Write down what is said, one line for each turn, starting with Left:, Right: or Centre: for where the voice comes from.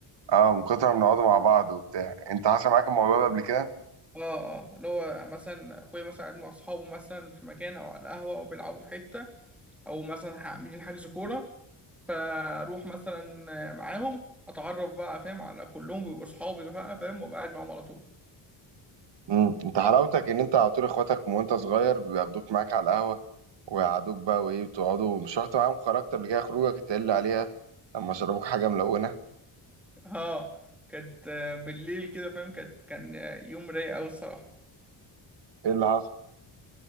Right: اه من كتر ما بنقعدوا مع بعض وبتاع انت حصل معاك الموضوع ده قبل كده
Centre: اه اه اللي هو مثلا اخويا مثلا قاعد مع اصحابه مثلا في مكان او على القهوة او بيلعبوا في حتة او مثلا عاملين حجز كورة فاروح مثلا معاهم اتعرف بقى فاهم على كلهم بيبقوا اصحابي بقى فاهم وابقى قاعد معاهم على طول
Right: امم انت حلاوتك ان انت على طول اخواتك من وانت صغير بياخدوك معاك على القهوه ويقعدوك بقى وايه بتقعدوا مش رحت معاهم خرجت قبل كده خروجك تقل عليها لما شربوك حاجه ملونه
Centre: اه كانت آه، بالليل كده فاهم كانت كان آه، يوم رايق قوي الصراحه
Right: ايه اللي حصل